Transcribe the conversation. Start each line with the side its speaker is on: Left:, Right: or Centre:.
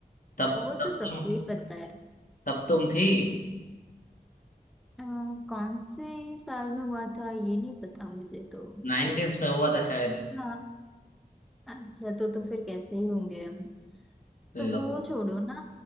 Left: तब
Centre: वो
Left: तब
Centre: तो सबको
Left: तुम
Centre: ही पता है
Left: तब तुम थी
Centre: अ, कौन से साल में हुआ था ये नहीं पता मुझे तो
Left: नाइनटीन्स में हुआ था शायद
Centre: हाँ अच्छा तो तो फिर कैसे ही होंगे हम
Left: लो
Centre: तो वो छोड़ो ना